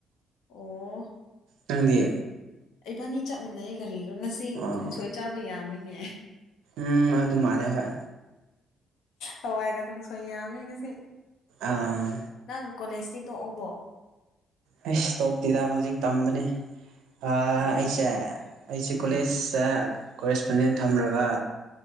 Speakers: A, on the left; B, on the right.
A: ꯑꯣ
B: ꯅꯪꯗꯤ
A: ꯑꯩꯕꯥꯟꯅꯤ ꯆꯞꯃꯤꯟꯅꯩ ꯀꯔꯤꯅꯣ ꯉꯁꯤꯪ
B: ꯑꯣ
A: ꯀꯪꯁꯣꯏ ꯆꯥꯕ ꯌꯥꯝꯃꯤꯅꯦ
B: ꯎꯝ ꯑꯗꯨꯃꯥꯟꯂꯦ ꯍꯣꯏ
A: ꯍꯋꯥꯏꯒ ꯀꯪ ꯁꯣꯏ ꯌꯥꯝꯃꯤ ꯉꯁꯤ
B: ꯑꯥ
A: ꯅꯪ ꯀꯣꯂꯦꯖꯇꯤ ꯇꯣꯛꯎꯕꯣ
B: ꯑꯩ ꯏꯁꯇꯣꯛꯇꯤꯗ ꯍꯧꯖꯤꯛ ꯇꯝꯕꯅꯦ ꯑꯩꯁꯦ
A: ꯑꯣ
B: ꯑꯩꯁꯦ
A: ꯎꯝ
B: ꯀꯣꯂꯦꯖꯇ ꯀꯣꯔꯦꯁꯄꯣꯟꯗꯦꯟ ꯊꯝꯂꯒ